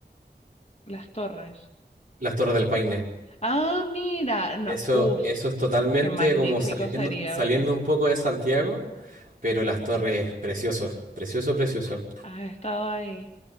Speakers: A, on the left; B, on the right.
A: las torres.
B: las torres del Paine.
A: Ah, mira. No,
B: Eso,
A: uf,
B: eso es totalmente
A: qué magnífico
B: como saliendo,
A: sería
B: saliendo
A: ver eso.
B: un poco de Santiago, pero las torres,
A: Eh,
B: precioso, precioso, precioso.
A: Has estado ahí.